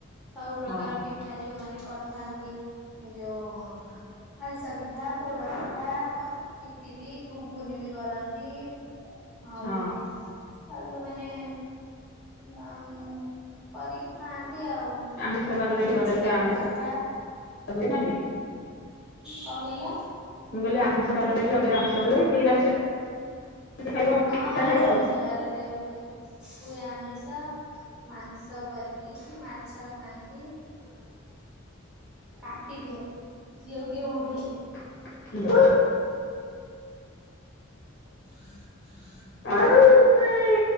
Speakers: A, in the centre; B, on the left.
A: ସବୁ ପ୍ରକାର
B: ହଁ
A: ପିଠା ପିଠା ଯୋଉମାନେ କରିଥାନ୍ତି ଯୋଉ ଆରିଷା ପିଠା, ପୋଡ ପିଠା, ଇଟିଲି ଘୁଗୁନି ବି କରନ୍ତି ଆଉ
B: ହଁ
A: ଆଉ ଯୋଉମାନେ, ଆଉଁ-କରିକି ଖଥାଆନ୍ତି, ଆଉ।
B: ଆମିଷ ବାରରେ
A: ସୁଜି
B: ବି ରଜରେ
A: ପତ୍ର
B: ଆମିଷ
A: ମିିଠା
B: ହୁଏ ନା କି
A: କଣ କହିଲ?
B: ମୁଁ କହିଲିମି ଆମିଷ ବାର ରେ ବି ଆମିଷ ହୁଏ, ନିରାମିଷ ଖାଇବ
A: ଆ ହଁ
B: ପିଠା ଖାଇବ
A: ଆମିଷ
B: ଆଉ।
A: ବାରରେ ହୁଏ, ହୁଏ ଆମିଷ। ମାଂସ କରିକି କି ମାଛ ଖାଆନ୍ତି। କାଟିଦିଅ ଝିଅ କୁ ଦିଅ ମୋବାଇଲ୍।
B: ହ
A: ହୁଁ ହୁଁ
B: ଆଉ